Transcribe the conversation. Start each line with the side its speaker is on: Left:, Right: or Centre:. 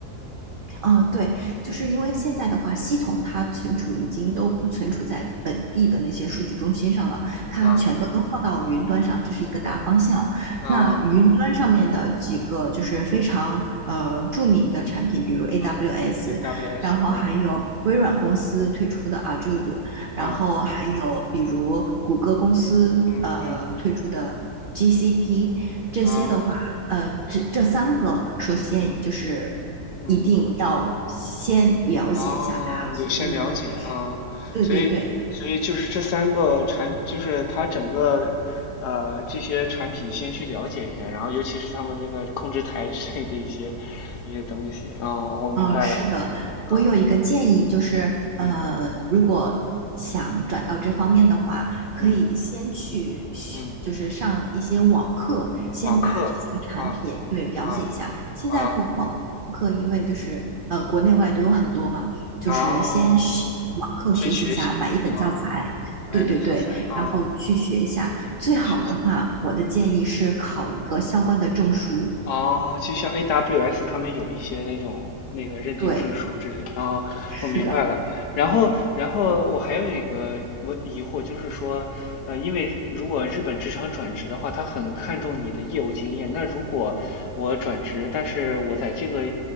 Right: 嗯，对，就是因为现在的话，系统它存储已经都不存储在本地的那些数据中心上了，它全都放到云端上，
Left: 啊？
Right: 这是一个大方向。
Left: 嗯啊
Right: 那云端上面的几个就是非常呃著名的产品，
Left: 嗯
Right: 比如 AWS，
Left: 啊，AWS
Right: 然后还有微软公司推出的
Left: 啊
Right: Azure，然后还有比如谷歌公司呃推出的
Left: 啊嗯嗯
Right: GCP，这些的话。
Left: 啊啊
Right: 呃，这这三个，首先就是
Left: 嗯嗯。
Right: 一定要先了解一下它所运用的知识。
Left: 啊，了先了解啊，
Right: 对对对，
Left: 所以所以就是这三个产，就是它整个呃这些产品先去了解一下，然后尤其是他们那个控制台之类的一些一些东西啊，我明白了，
Right: 呃，是的，
Left: 啊，
Right: 我有一个建议，就是呃，
Left: 嗯
Right: 如果想转到这方面的话，可以先去学，
Left: 嗯嗯，
Right: 就是上一些网课，先把这几个产品对了解一下。
Left: 网课啊啊啊
Right: 现在网课因为就是呃国内外都有很多嘛，就是先学网课学习一下，
Left: 啊，先学习啊，
Right: 买一本教材，
Left: 买一本教材啊
Right: 对对对，然后去学一下。
Left: 啊，
Right: 最好的话，
Left: 去学习，
Right: 我的建议是考一个相关的证书。
Left: 啊。哦，就像 AWS 他们有一些那种那个认定证书之类的啊，
Right: 对，是的。
Left: 我明白了。然后，然后我还有一个问疑惑，就是说，呃，因为如果日本职场转职的话，他很看重你的业务经验。那如果我转职，但是我在这个